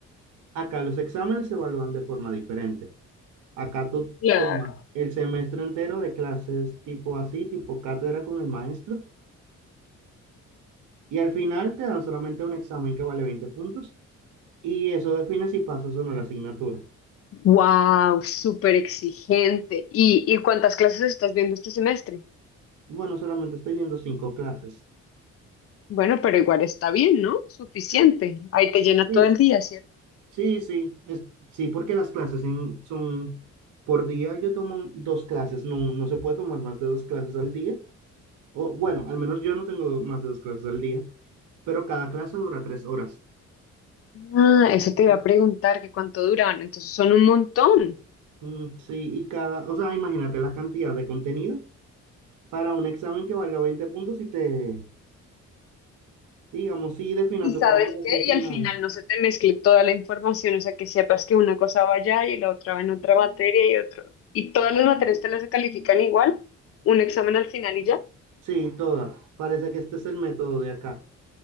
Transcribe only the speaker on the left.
Claro.
Wow, súper exigente. ¿Y, y cuántas clases estás viendo este semestre?
Bueno, pero igual está bien, ¿no? Suficiente.
Ahí te llena
todo el día, ¿cierto?
Ah, eso te iba
a preguntar que cuánto duraban. Entonces son un montón.
Y
sabes
qué,
y al final no se te mezcle toda la información, o sea, que sepas que una cosa va allá y la otra va en otra materia y otro. Y todas las materias te las califican igual, un examen al final y ya.